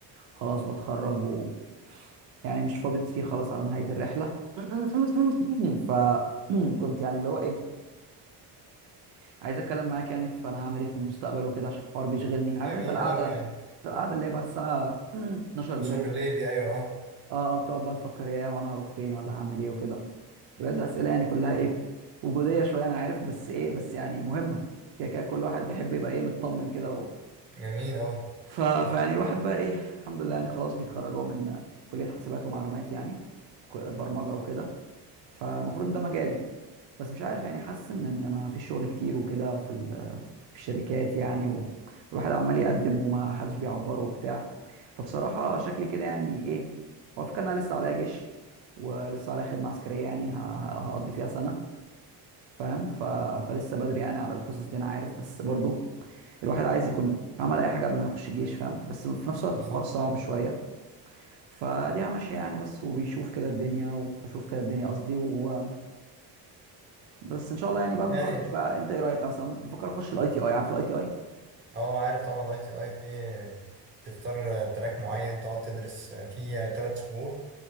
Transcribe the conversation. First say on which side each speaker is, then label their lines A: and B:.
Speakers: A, on the right; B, on the right.
A: وخلاص بتخرج و يعني مش فاضل كتير خلاص على نهايه الرحله <clears throat> <laughs> فكنت يعني اللي هو ايه عايز اتكلم معاك يعني في انا هعمل ايه في المستقبل وكده عشان الحوار بيشغلني عارف
B: جميل
A: انت القعده
B: قوي يعني
A: القعده اللي هي بعد الساعه <clears throat> 12
B: 12
A: بالليل
B: بالليل
A: دي
B: دي ايوه اه
A: اه اه بتقعد بقى تفكر ياه وانا هروح فين ولا هعمل ايه وكده بجد اسئله يعني كلها ايه وجوديه شويه انا عارف بس ايه بس يعني مهمه كده كده كل واحد بيحب يبقى ايه مطمن كده و...
B: جميل قوي
A: ف... فيعني الواحد بقى ايه الحمد لله يعني خلاص بيتخرج اهو من كليه حاسبات ومعلومات يعني ك- برمجه وكده فالمفروض ان ده مجالي بس مش عارف يعني حاسس ان إن ما فيش شغل كتير وكده في في الشركات يعني و- والواحد عمال يقدم وما حدش بيعبره وبتاع فبصراحة شكلي كده يعني ايه هو الفكرة ان انا لسه عليا جيش ولسه عليا خدمة عسكرية يعني ه- ه- هقضي فيها سنة فاهم ف... فلسه بدري يعني على القصص دي انا عارف بس برضو الواحد عايز يكون عمل اي حاجة قبل ما يخش الجيش فاهم بس في نفس الوقت
B: بالظبط
A: الحوار صعب شوية فدي ماشية يعني بس وبيشوف كده الدنيا وبشوف كده الدنيا قصدي و... بس ان شاء الله يعني بعد ما
B: يعني
A: اخلص الجيش بقى انت ايه رأيك أنا مثلا بفكر اخش الاي تي اي عارف الاي تي اي
B: اه عارف طبعا اي تي اي في تختار تراك معين تقعد تدرس فيه ثلاث شهور